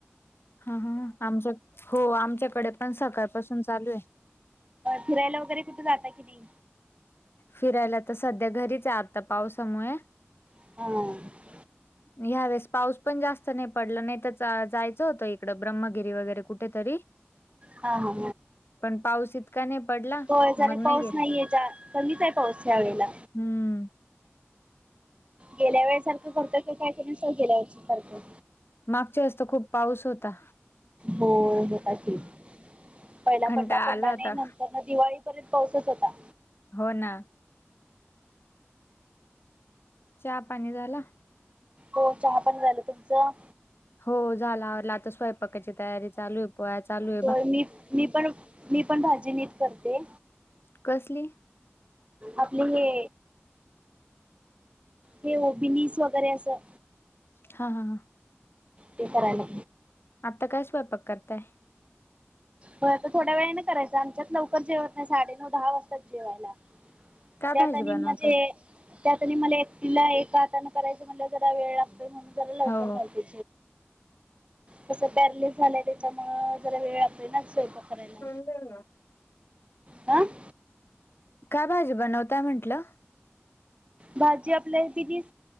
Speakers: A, on the left; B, on the right.
A: हा ह आमच्या हो आमच्याकडे पण सकाळपासून चालू हे.
B: फिरायला वगैरे कुठ जाता कि नाही.
A: फिरायला तर सध्या घरीच आहे, आता पावसामुळे.
B: ह!
A: ह <inaudible> णी ह्यावेेळेस पाऊस पण जास्त नही पडला नही त जायचं होतं इकडं ब्रह्मगिरी वगैरे कुठेतरी.
B: हा हा
A: पण पाऊस इतका नाही पडला
B: होय जरा
A: मग नाही
B: पाऊस
A: गेलं
B: नाहीयेजा. कमीच आहे पाऊस ह्या वेळेला.
A: हूं!
B: गेल्या वेळेसारखं करतो की काय <unintelligible> गेलया वर्षी सारखं
A: मागच्या वेळेस त खूप पाऊस होता.
B: हो होता की पहिला
A: कंटाळा
B: पडला पडला
A: आला होता
B: नाही नंतर म दिवाळी पर्यंत पाऊसच होता.
A: हो ना. चहा पाणी झाला.
B: चहा पाणी झाल तुमचं?
A: हो झाल आवरलं आता स्वयंपाकाची तयारी चालू हे. पोळ्या चालूय.
B: होय मी मी पण, मी पण भाजी निट करतेय.
A: कसली
B: आपले हे? हे हो बिनीस वगैरे असं.
A: हा हा हां!
B: ते करायला.
A: आता काय स्वयंपाक करताय.
B: व्हयं आता थोड्या वेळा न करायचं आमच्यात लवकर जेवत नाही साडे नऊ, दहा, वाजता जेवायला.
A: काय
B: त्यात
A: भाजी
B: आणि
A: बनवताय
B: म्हजे. त्यात आणि मला एकटीला एका हातानं करायचं, म्हणल्या व जरा वेळ लागतोय, म्हणून जरा लवकर
A: हो
B: घालती. कस पॅरलीस झालंय, त्याच्यामूळ जरा वेळ लागतो. <unintelligible> स्वयंपाक करायला.
A: हा <unintelligible>
B: हा
A: काय भाजी बनवताय म्हंटलं.
B: भाजी आपल्या बीनिस.